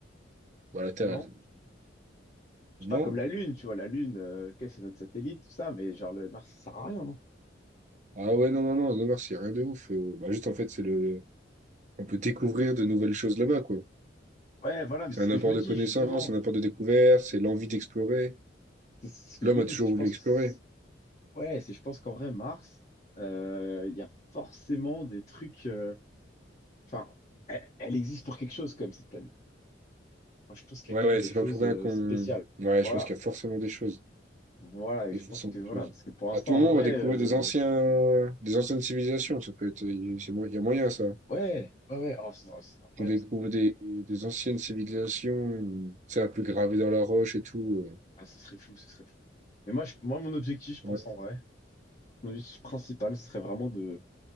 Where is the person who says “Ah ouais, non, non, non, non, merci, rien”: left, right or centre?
Right